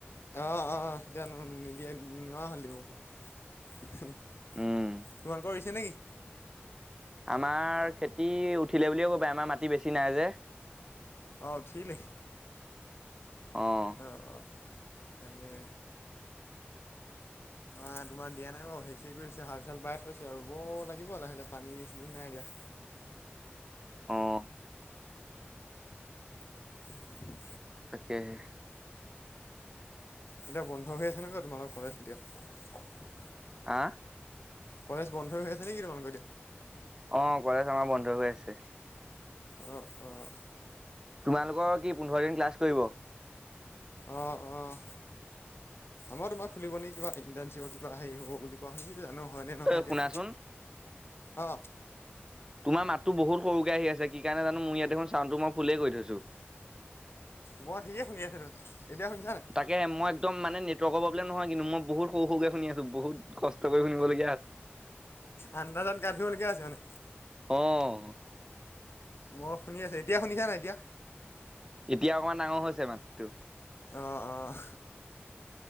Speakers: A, on the left; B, on the right.
A: আহ অ এতিয়ানো নিদিয়ে নোৱাৰ হ'লেও। তোমালোকৰ
B: উম
A: ৰুইছে নেকি?
B: আমাৰ খেতি উঠিলে বুলিয়ে কবা আমাৰ মাটি বেছি নাই যে।
A: আহ উঠিলেই।
B: আহ
A: অ অ তাকে। ম তোমাৰ দিয়া নাই বাৰু হচি কৰি দিছে হাল চাল বাই থৈছে ৰুব লাগিব লাহেঁকে। পানী নাই দিয়া।
B: অহ
A: <inaudible>
B: তাকেহে
A: এতিয়া বন্ধ হৈ আছে নক তোমালোকৰ কলেজ এতিয়া।
B: আহ
A: কলেজ বন্ধ হৈ আছে নেকি তোমালোকৰ এতিয়া।
B: অ কলেজ আমাৰ বন্ধ হৈ আছে।
A: অহ অহ।
B: তোমালোকৰ কি পোন্ধৰ দিন ক্লাছ কৰিব
A: অহ অহ- আমাৰ তোমাৰ খুলিব নি কিবা ইণ্টানশ্বিপৰ হেই হব বুলি কোৱা শুনিছোঁ। জানো হয়নে নহয়
B: এ
A: এতিয়া
B: শুনাচোন
A: অ
B: তোমাৰ মাততো বহুত সৰুকে আহি আছে কি কাৰণে জানো মোৰ ইয়াতে দেখখন চাউণ্ড টো মই ফুলেই কৰি থৈছো।
A: মই ঠিকে শুনি আছোঁ দেখোন। এতিয়া শুনিছা নাই
B: তাকে মই একদম মানে নেটৱৰ্কৰ প্ৰব্লেম নহয় কিন্তু মই বহুত সৰু সৰুকে শুনি আছো বহুত কষ্ট কৰি শুনিব লগীয়া।
A: আন্দাজত গাই থাকিব লগীয়া আছে আছে মানে।
B: অহ
A: মই শুনি আছো এতিয়া শুনিছা নাই এতিয়া
B: এতিয়া অকমান ডাঙৰ হৈছে মাতো
A: অহ অহ